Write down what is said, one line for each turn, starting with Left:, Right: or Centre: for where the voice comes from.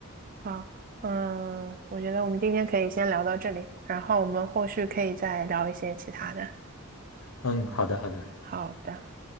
Right: 好，嗯，我觉得我们今天可以先聊到这里，然后我们后续可以再聊一些其他的。
Left: 嗯，好的好的。
Right: 好的。